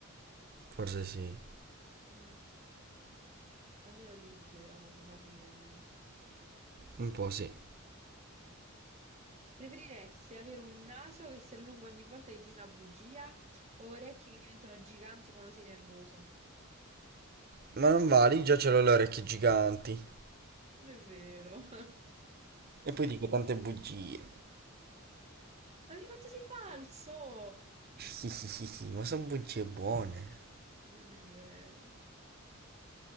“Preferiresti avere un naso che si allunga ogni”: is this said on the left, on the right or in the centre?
Right